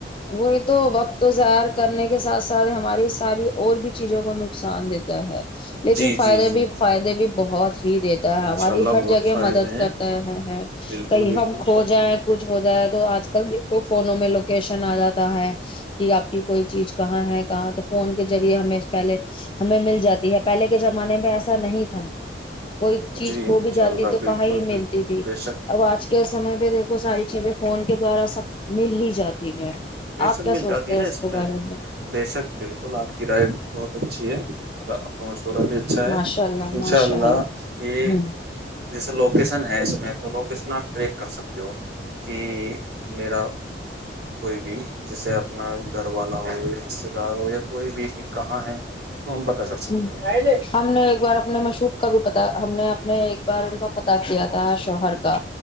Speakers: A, on the left; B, on the right.
A: وہی تو وقت و ائر کرنے کے ساتھ ساتھ ہماری ساری اور بھی چیزوں کو نقصان دیتا ہے لیکن
B: جی
A: فائدے
B: جی جی
A: بھی فائدے بھی بہت ہی دیتا ہے
B: انشاء
A: ہماری
B: اللہ
A: ہر
B: بہت
A: جگہ
B: فائدے
A: مدد
B: ہیں
A: کرتا
B: بالکل
A: کہیں
B: بالکل
A: ہم کھو جائیں کچھ ہو جائے تو آج کل دیکھو فونوں میں لوکیشن آ جاتا ہے کہ آپ کی کوئی چیز کہاں ہے کہاں تو فون کے ذریعے ہم پہلے ہمیں مل جاتی ہے پہلے کے زمانے میں ایسا نہیں تھا کوئی چیز
B: جی
A: کھو
B: انشاء
A: بھی جاتی
B: اللہ
A: تو
B: بالکل
A: کہاں ہی ملتی
B: بالکل
A: تھی
B: بے شک
A: اب آج کے سمے میں دیکھو ساری چیزیں فون کے دوارا سب مل ہی جاتی ٹھیک ہے
B: بے
A: آپ
B: شک
A: کیا
B: مل
A: سوچتے
B: جاتی ہے
A: ہیں
B: نا اس
A: کے
B: میں
A: بارے
B: بے شک بالکل آپ کی رائے بہت اچھی ہے ا بھی اچھا
A: ماشاء
B: ہے
A: اللہ
B: ان شاء
A: ماشاء
B: اللہ کہ
A: ہ
B: جیسے لوگ کے ن ہے اس میں تو لوکیشن آپ ٹریک کر سکتے ہو کہ میرا کوئی بھی جیسے اپنا گھر والا ہو یا رشتے دار ہو یا کوئی بھی کہ کہاں ہے تو ہم پتہ کر سکتے
A: ہ
B: ہیں
A: ہم نے ایک بار اپنے مشوب کا بھی پتا ہم نے اپنے ایک بار ان کا پتہ کیا تھا شوہر کا